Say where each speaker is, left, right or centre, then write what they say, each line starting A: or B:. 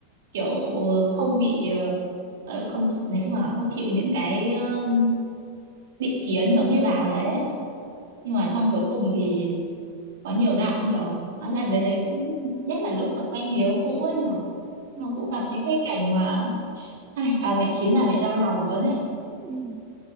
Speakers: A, on the right; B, on the right.
A: kiểu không bị ờ, ờ, không chỉ- nói chung là không chịu những cái ờ, định kiến giống như bà đấy ấy. nhưng mà xong cuối cùng thì có nhiều đoạn kiểu hóa ra đứa đấy cũng nhất là lúc mà quen người yêu cũ ấy nhở
B: ừ,
A: xong cũng gặp những cái cảnh mà ai bà mẹ khiến bà mẹ đau lòng luôn ấy
B: ừ, ừ.